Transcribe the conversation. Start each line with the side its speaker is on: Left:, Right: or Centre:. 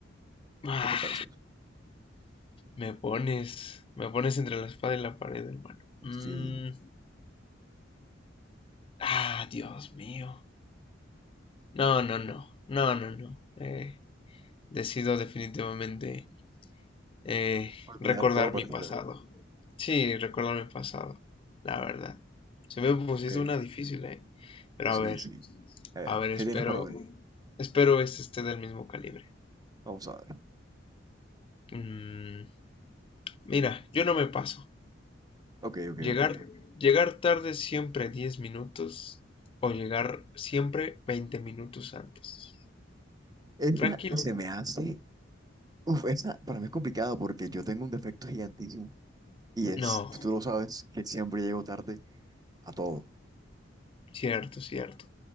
Left: ah,
Right: ¿Qué te parece eso?
Left: me pones, me pones entre la espada y la pared, hermano. Mm,
Right: Sí.
Left: ah, Dios mío. No, no, no, no, no, no. Eh, decido definitivamente eh,
Right: Olvidar
Left: recordar
Right: todo a partir
Left: mi pasado.
Right: de hoy.
Left: Sí, recordar mi pasado, la verdad. Se me pusiste
Right: Ok.
Left: una difícil, eh. Pero
Right: Sí,
Left: a ver.
Right: sí. A ver,
Left: A ver, espero,
Right: ¿qué tienes para mí?
Left: espero este esté del mismo calibre.
Right: Vamos a ver.
Left: Mm, mira, yo no me paso.
Right: Ok, ok,
Left: Llegar,
Right: ok.
Left: llegar tarde siempre 10 minutos o llegar siempre 20 minutos antes.
Right: Esa
Left: Tranquilo.
Right: se me hace... Uf, esa para mí es complicada porque yo tengo un defecto gigantísimo Y es,
Left: No,
Right: tú, tú lo sabes, que siempre llego tarde a todo.
Left: cierto, cierto.